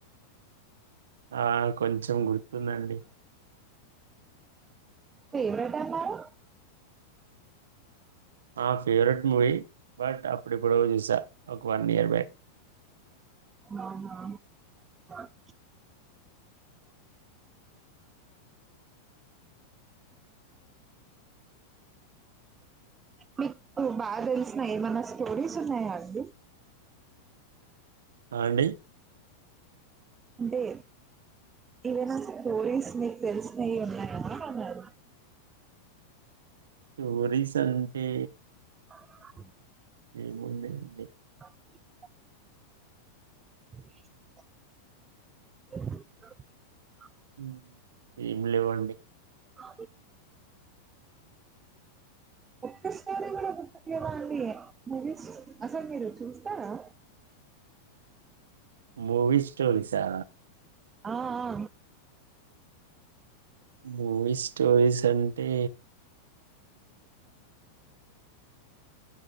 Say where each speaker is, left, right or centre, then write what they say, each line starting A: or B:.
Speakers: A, on the right (about 70°); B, on the right (about 20°).
A: ఆ కొంచెం గుర్తుందండి
B: ఫేవరెట్ అన్నారు
A: ఆ ఫేవరెట్ మూవీ బట్ అప్పుడెప్పుడో చూసా ఒక వన్ ఇయర్ బ్యాక్
B: ఆహా <inaudible> మీకు బాగా తెలిసిన ఏమనా స్టోరీస్ ఉన్నాయా అండి
A: ఆ అండి
B: అంటే ఏవైనా స్టోరీస్ నికు తెలిసినయి ఉన్నాయా అన్నారు
A: స్టోరీస్ అంటే
B: ం
A: ఏముంది అండి
B: <inaudible> <inaudible>
A: మ్మ్ ఏం లేవండి
B: అ
A: <inaudible>
B: ఒక్క సారి గుర్తులేదా అండి మువీస్ అస్సలు మీరు చూస్తారా
A: <inaudible> మూవీ స్టోరీసా
B: ఆ ఆ
A: మూవీ స్టోరీస్ అంటే